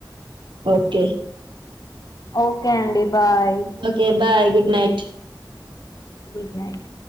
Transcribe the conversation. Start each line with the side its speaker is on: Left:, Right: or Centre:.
Right: ఓకే
Left: ఓకే అండి bye
Right: okay bye good night
Left: good night